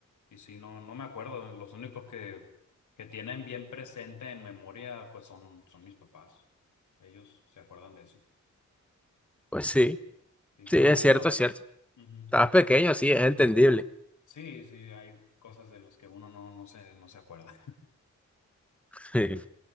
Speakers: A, on the left; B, in the centre.
A: Y sí, no, no me acuerdo. Los únicos que, que tienen bien presente en memoria, pues son, son mis papás. Ellos se acuerdan de eso.
B: pues sí,
A: Y
B: sí,
A: más
B: es
A: mi
B: cierto,
A: mamá.
B: es cierto.
A: Ujú.
B: Estabas pequeño, sí, es entendible.
A: Sí, sí, hay cosas de las que uno no, no se, no se acuerda.
B: <laughs>